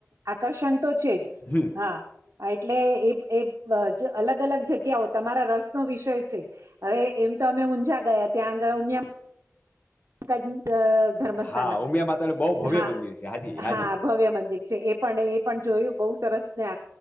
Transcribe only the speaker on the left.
હમ
હા ઉમિયા
માતાનું બહુ ભવ્ય
મંદિર છે હાજી હાજી